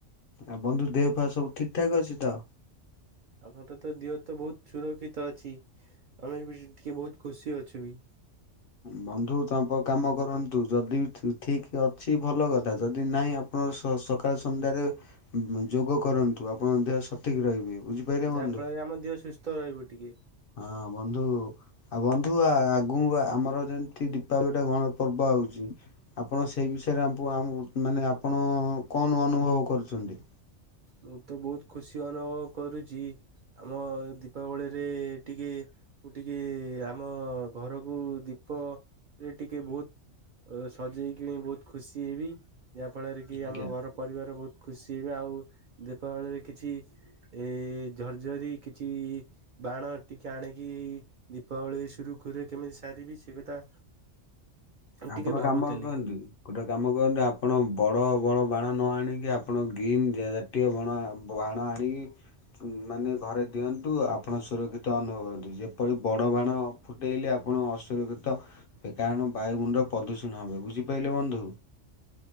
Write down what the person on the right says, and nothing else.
ଆମର ଟାତ ଦିହ ତ ବୋହୁତ ସୁରକ୍ଷିତ ଅଛି ଆମେ ବି ସେଇ ଟିକେ ବୋହୁତ ଖୁସି ଅଛୁ ବି।
ଯାହା
ଫଳରେ ଆମ ଦେହ ସୁସ୍ଥ ରହିବ ଟିକେ।
ମୁଁ ତ ବୋହୁତ ଖୁସି ଅନୁଭବ କରୁଚି ଆମ ଦୀପାବଳିରେ ଟିକେ ମୁଁ ଟିକେ ଆମ ଘରକୁ ଦୀପରେ ଟିକେ ବୋହୁତ ଅ ସଜେଇକିନା ବୋହୁତ ଖୁସି ହେବି। ଯାହାଫଳରେ କି
ଆମ ଘର ପରିବାର ବୋହୁତ ଖୁସି ହେବେ ଆଉ ଦୀପାବଳିରେ କିଛି ଏ ଝର୍ଝରି କିଛି ବାଣ ଟିକେ ଆଣିକି ଦୀପାବଳି ସୁରୁଖୁରୁରେ କେମିତି ସାରିବି ସେଇ କଥା ମୁଁ
ଟିକେ ଭାବୁଥିଲି।